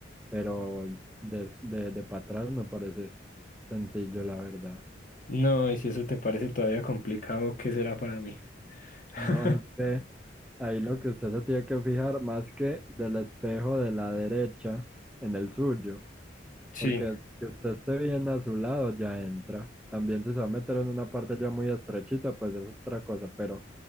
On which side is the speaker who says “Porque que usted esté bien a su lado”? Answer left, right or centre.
Centre